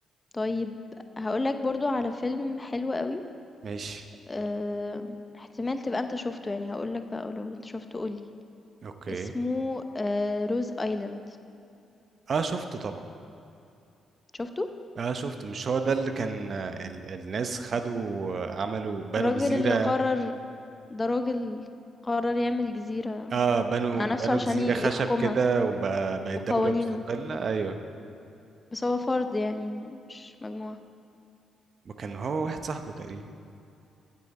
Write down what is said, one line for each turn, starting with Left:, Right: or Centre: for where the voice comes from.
Left: طيب هقولك برضو على فيلم حلو قوي
Right: ماشي
Left: أم... احتمال تبقى انت شفته يعني هقولك بقى ولو انت شفته قولي
Right: اوكي
Left: اسمه أه... روز ايلاند
Right: اه شفته طبعا
Left: شفته
Right: اه شفته مش هو ده اللي كان آه، ال الناس خدوا آه، عملوا بنوا
Left: الراجل
Right: جزيره
Left: اللي قرر ده راجل قرر يعمل جزيرة
Right: اه بنوا
Left: مع نفسه
Right: بنوا
Left: عشان
Right: جزيره
Left: ي-
Right: خشب
Left: يحكمها
Right: كده وبقت
Left: بقوانينه،
Right: دوله مستقله ايوه
Left: بس هو فرد يعني مش مجموعة
Right: وكان هو واحد صاحبه تقريبا